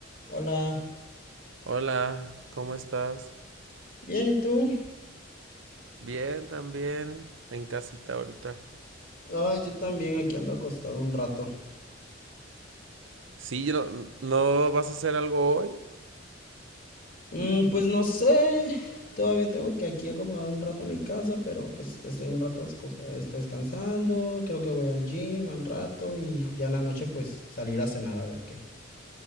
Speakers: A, on the left; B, on the right.
A: Hola,
B: Hola, ¿cómo estás?
A: bien, ¿y tú?
B: Bien, también, en casita ahorita.
A: Ay, yo también aquí ando acostado un rato.
B: Sí, no, ¿no vas a hacer algo hoy?
A: Mm, pues no sé, todavía tengo que aquí acomodar un rato a mi casa, pero pues estoy un rato asco- este, descansando, creo que voy al gym al rato y ya en la noche pues salir a cenar a ver qué.